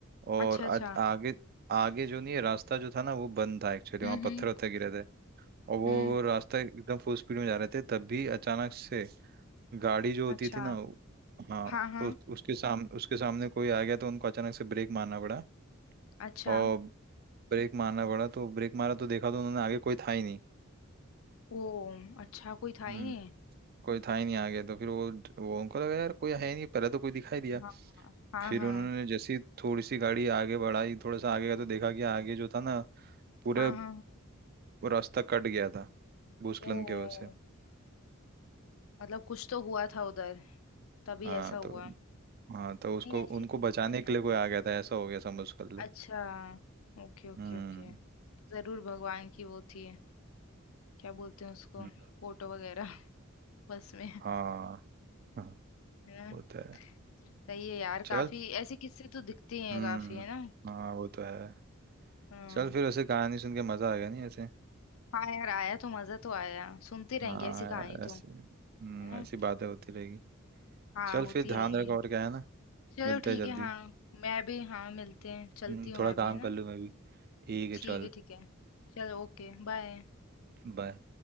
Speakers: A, on the right; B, on the left.
A: और
B: अच्छा अच्छा
A: आज आगे आगे जो नहीं है रास्ता जो था ना वो बंद था एक्चुअली
B: हम्म
A: वहाँ पत्थर
B: हम्म
A: वत्थर गिरे थे और वो
B: हम्म
A: वो रास्ता एकदम फुल स्पीड में जा रहे थे तब भी अचानक से गाड़ी जो होती
B: अच्छा
A: थी ना वो- हाँ
B: हाँ हाँ
A: तो उसके साम उसके सामने कोई आ गया तो उनको अचानक से ब्रेक मारना पड़ा
B: अच्छा
A: और ब्रेक मारना पड़ा तो ब्रेक मारा तो देखा तो उन्होंने आगे कोई था ही नहीं
B: ओ अच्छा कोई था ही
A: हम्म
B: नहीं
A: कोई था ही नहीं आगे तो फिर वो वो उनको लगा यार कोई है नहीं पहले तो कोई दिखाई दिया
B: हाँ हाँ हाँ
A: फिर
B: हाँ
A: उन्होंने जैसी थोड़ी सी गाड़ी आगे बढ़ाई थोड़ा सा आगे गया तो देखा कि आगे जो था ना पूरे
B: हाँ हाँ हाँ,
A: रास्ता कट गया था भूस्खलन
B: ओ
A: की वजह से
B: मतलब कुछ तो हुआ था उधर तभी
A: हाँ
B: ऐसा हुआ
A: तो हाँ तो उसको
B: नहीं ऐसी
A: उनको
B: होती
A: बचाने
B: है
A: के लिए कोई
B: जगह
A: आ गया था ऐसा हो गया समझ कर ले
B: अच्छा Okay okay
A: हम्म
B: okay जरूर भगवान की वो थी क्या बोलते हैं उसको
A: हम्म,
B: फोटो वगैरह <laughs> बस में है
A: हाँ हाँ,
B: ना
A: वो तो है
B: सही है यार
A: चल
B: काफी ऐसे किस्से तो दिखते हैं
A: हम्म
B: काफी है ना
A: हाँ वो तो है
B: हम्म
A: चल फिर ऐसे कहानी सुन के मजा आ गया नहीं ऐसे
B: हाँ यार आया तो मजा तो आया सुनते रहेंगे
A: हाँ
B: ऐसी कहानी
A: यार
B: तो
A: ऐसे
B: है
A: हम्म,
B: ना
A: ऐसी बातें होती रहेगी
B: हाँ
A: चल
B: होती
A: फिर ध्यान
B: ही रहेंगी
A: रख और क्या है ना
B: चलो
A: मिलते
B: ठीक
A: हैं जल्दी
B: है हाँ मैं भी हाँ मिलते हैं चलती
A: हम्म,
B: हूँ
A: थोड़ा
B: मैं
A: काम
B: भी है ना
A: कर लूँ मैं भी ठीक है
B: ठीक
A: चल
B: है ठीक है चलो ओके बाय
A: बाय